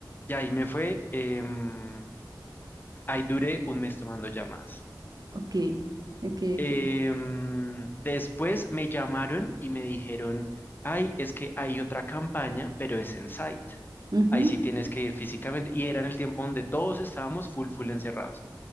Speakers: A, on the left; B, on the right.
A: Y ahí me fue, em, ahí duré un mes tomando llamadas.
B: Ok, ok,
A: Em,
B: ok.
A: después me llamaron y me dijeron, ay, es que hay otra campaña, pero es en site.
B: Ujú,
A: Ahí sí tienes que ir físicamente. Y era en el tiempo donde todos estábamos full, full encerrados.